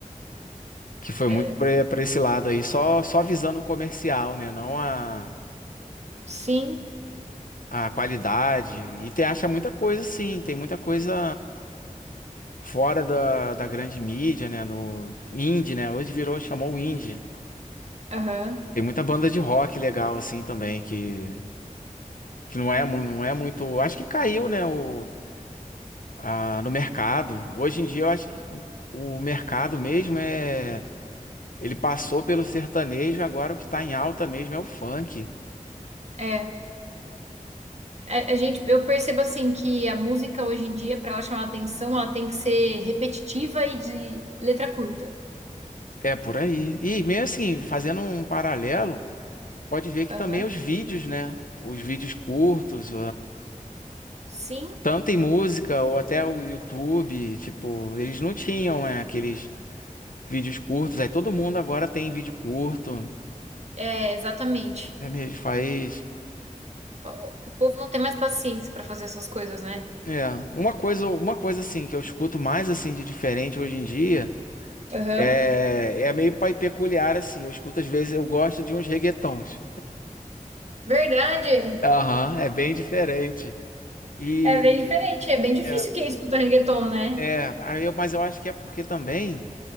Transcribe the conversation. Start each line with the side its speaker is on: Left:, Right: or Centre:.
Left: Que foi
Right: É.
Left: muito pra pra esse lado aí, só, só visando o comercial, né? Não a,
Right: Sim.
Left: a qualidade. E tem, acha muita coisa, sim, tem muita coisa fora da, da grande mídia, né? No indie, né? Hoje virou, chamou o indie.
Right: Aham.
Left: Tem muita banda de rock legal assim também que, que não é, mu- não é muito, acho que caiu, né, o, a- no mercado. Hoje em dia eu acho que o, o mercado mesmo é ele passou pelo sertanejo, agora o que tá em alta mesmo é o funk.
Right: É, a, a gente, eu percebo assim que a música hoje em dia, para ela chamar atenção, ela tem que ser repetitiva e de letra curta.
Left: É por aí. E meio assim, fazendo um paralelo, pode ver que
Right: Aham.
Left: também os vídeos, né? Os vídeos curtos,
Right: Sim,
Left: Tanto em música ou até o YouTube, tipo, eles não tinham, é, aqueles vídeos curtos. Aí todo mundo agora tem vídeo curto.
Right: é, exatamente.
Left: É mesmo, faz.
Right: O, o povo não tem mais paciência para fazer essas coisas, né?
Left: É, uma coisa, uma coisa assim que eu escuto mais assim de diferente hoje em dia
Right: Aham.
Left: é, é meio pai- peculiar assim. Eu escuto às vezes, eu gosto de uns reggaetons.
Right: Verdade.
Left: Aham, é bem diferente. E
Right: É bem diferente, é bem difícil
Left: é,
Right: quem escuta reggaeton, né?
Left: é, aí eu, mas eu acho que é porque também